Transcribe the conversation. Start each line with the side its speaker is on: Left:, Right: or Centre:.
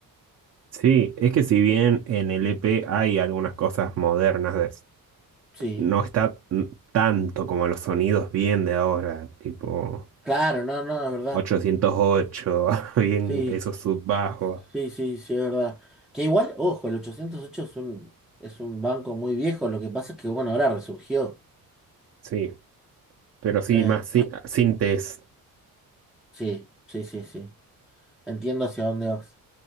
Right: sí. Es que si bien en el EP hay algunas cosas modernas, de-
Centre: Sí,
Right: no está n- tanto como los sonidos bien de ahora, tipo
Centre: claro, no, no, es verdad.
Right: 808, <laughs> bien
Centre: Sí,
Right: esos subbajos.
Centre: sí, sí, sí, es verdad. Que igual, ojo, el 808 es un, es un banco muy viejo, lo que pasa es que, bueno, ahora resurgió.
Right: Sí, pero sí,
Centre: Eh,
Right: más sí, sintes.
Centre: sí, sí, sí, sí. Entiendo hacia dónde vas.